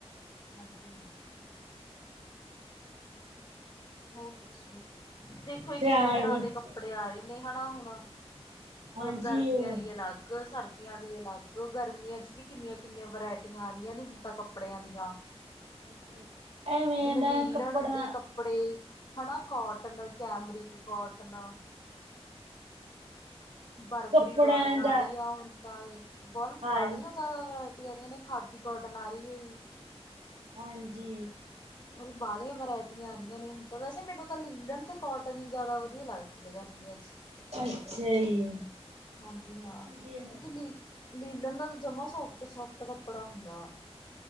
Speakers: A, on the left; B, on the right.
A: ਹਾਂਜੀ ਹੋਰ ਦੱਸੋ ਜੀ ਦੇਖੋ ਈ
B: ਸਿਆਲ
A: ਕਿੰਨੇ ਤਰ੍ਹਾਂ
B: ਵਿੱਚ
A: ਦੇ ਕੱਪੜੇ ਆ ਰਹੇ ਨੇ ਹੈਣਾ ਹੁਣ
B: ਹਾਂਜੀ
A: ਮਲਬ ਗਰਮੀਆਂ
B: ਉਹ
A: ਲਈ ਅਲੱਗ ਸਰ ਦੀਆਂ ਲਈ ਅਲੱਗ ਗਰਮੀਆਂ ਚ ਵੀ ਕਿੰਨੀਆਂ ਕਿੰਨੀਆਂ ਵਰਾਇਟੀਆਂ ਆ ਰਹੀਆਂ ਨੇ ਹੁਣ ਤਾਂ ਕੱਪੜਿਆਂ ਦੀਆਂ
B: ਹਾਂਜੀ ਐਵੇਂ
A: ਜਿਵੇਂ
B: ਏ ਨਾ
A: ਲੀਲਣ
B: ਕੱਪੜਾ
A: ਦੇ ਕੱਪੜੇ ਹਣਾ ਕੋਟਨ ਕੈਮਰਿਕ ਕੋਟਨ ਬਰਬਰੀ
B: ਕੱਪੜਿਆਂ
A: ਕੋਟਨ ਆਰੀ
B: ਦਾ
A: ਆ ਹੁਣ ਤਾਂ ਬਲ
B: ਹਾਂ
A: ਬਾਲੀਆਂ ਚ ਜ਼ਿਆਦਾ ਵਰਾਇਟੀ ਆ ਰਹੀਆ ਨੇ ਖਾਦੀ ਕੋਟਨ ਆ ਰੀ ਏ
B: ਹਾਂਜੀ
A: ਹਣ ਬਾਹਲੀਆਂ ਵਰਾਇਟੀਆਂ ਆ ਰਹੀਆਂ ਨੇ ਤਾਂ ਵੈਸੇ ਮੈਨੂੰ ਤਾਂ ਲੀਲਣ ਤ ਕੋਟਨ ਈ ਜਿਆਦਾ ਵਧੀਆ ਲੱਗਦੀ ਐ ਗਰਮੀਆਂ ਚ
B: ਅੱਛਾ ਜੀ
A: ਹਾਂਜੀ ਹਾਂ
B: ਹਾਂਜੀ
A: ਕਿਉਂਕਿ ਲੀ <unintelligible> ਲੀਲਣ ਦਾ ਤਾਂ ਜਮਾ ਸੋਫਟ ਸੋਫਟ ਕੱਪੜਾ ਹੁੰਦਾ ਆ